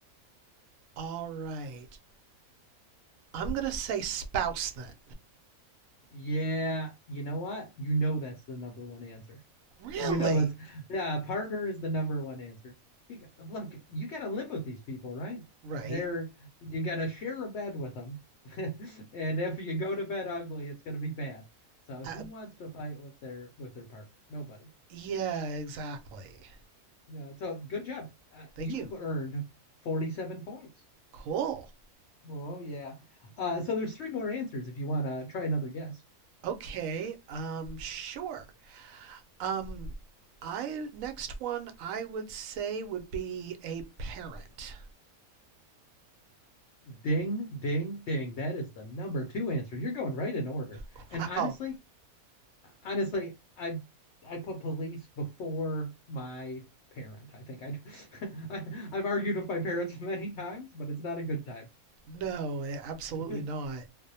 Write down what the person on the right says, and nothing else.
All right. I'm gonna say spouse then.
Really?
Right?
Uh,
yeah, exactly.
Thank
you.
Cool.
Okay. Um, sure. Um, I next one I would say would be a parent.
Wow.
No, eh, absolutely
not.